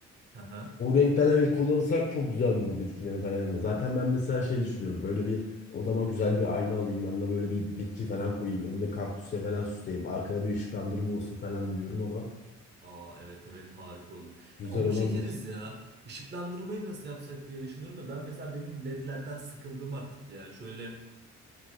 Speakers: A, on the right; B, on the left.
A: <laughs>
B: O renkten evet kullanırsak çok güzel durur bitkilerin falan yanında. Zaten ben mesela şey düşünüyorum. Böyle bir odama güzel bir ayna alayım. Yanına böyle bir bitki falan koyayım. Önüne kaktüsle falan süsleyeyim. Arkada bir ışıklandırma olsun falan diyorum ama
A: Aa evet evet harika olur.
B: güzel
A: Ya onu
B: olabilir.
A: çekeriz ya. Işıklandırmayı nasıl yapsak diye düşünüyorum da ben mesela benim ledlerden sıkıldım artık ya. Şöyle